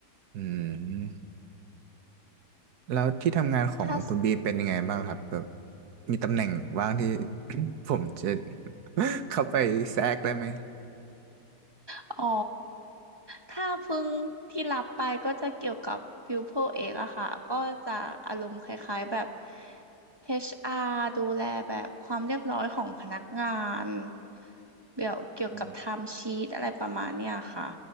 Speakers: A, on the right (about 65°); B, on the right (about 15°).
A: อืมแล้วที่ทำงานของคุณบีเป็นยังไงบ้างครับแบบ
B: ถ้า
A: มีตำแหน่งว่างที่ <coughs> ผมจะ <coughs> <laughs> เข้าไปแทรกได้ไหม
B: อ๋อถ้าเพิ่งที่รับไปก็จะเกี่ยวกับฟิวโพเอกอะค่ะก็จะอารมณ์คล้ายๆแบบ HR ดูแลแบบความเรียบร้อยของพนักงานเดี๋ยวเกี่ยวกับไทม์ชีตอะไรประมาณเนี้ยค่ะ
A: อืม